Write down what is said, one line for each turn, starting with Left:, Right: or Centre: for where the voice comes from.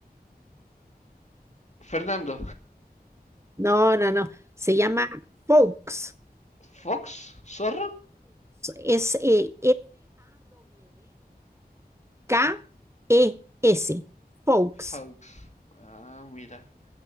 Left: Fernando.
Right: No, no, no. Se llama Fawkes.
Left: ¿Fox? ¿Zorro?
Right: Es eh, F-A-W-K-E-S. Fawkes.
Left: Fox. Ah, mira.